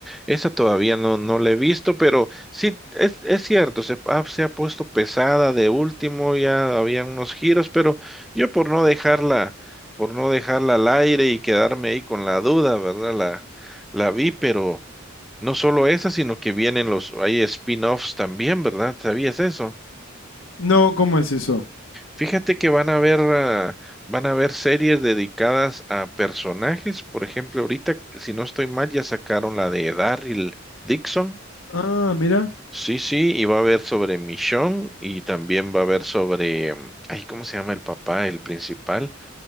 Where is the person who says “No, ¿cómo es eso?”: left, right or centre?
Left